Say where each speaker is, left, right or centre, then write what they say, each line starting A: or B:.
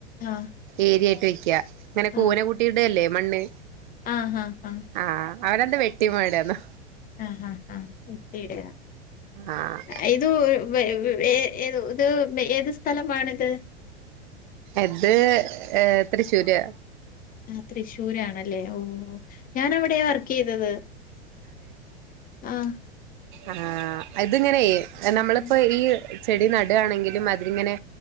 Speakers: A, on the left (about 25°); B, on the right (about 45°).
A: ആഹ്
B: ഏരിയ ട്ടിക്ക്യ ഇങ്ങനെ കൂനകൂട്ടി
A: ആഹ്
B: ഇടെ അല്ലേ? മണ്ണ്
A: ആഹ് ആഹ് ആ
B: ആഹ് അവരെന്താ വെട്ടി മാടന്നോ
A: ആഹ് ആഹ് ആഹ് <unintelligible>
B: ആഹ്
A: ഏതോ <unintelligible> ഏത് ഇത് ഏത് സ്ഥലമാണിത്?
B: എത് ഏ തൃശ്ശൂര്
A: ആഹ് തൃശ്ശൂർ ആണ ല്ല ഓ ഞാനവിടെ വർക്ക് ചെയ്തത് ആഹ്
B: ആഹ് ഇതിങ്ങനെ നമ്മളിപ്പോ
A: ഉം
B: ഈ ചെടി നുട്വാണെങ്കിലും അതിങ്ങനെ